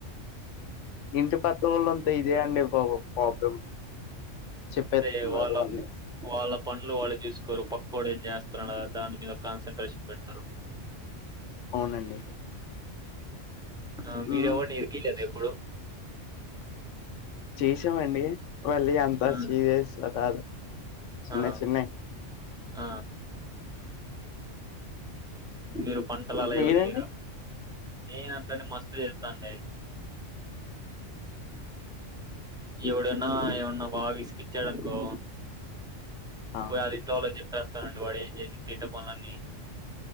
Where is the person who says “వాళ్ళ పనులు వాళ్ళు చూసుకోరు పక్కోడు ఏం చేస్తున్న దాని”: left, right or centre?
Centre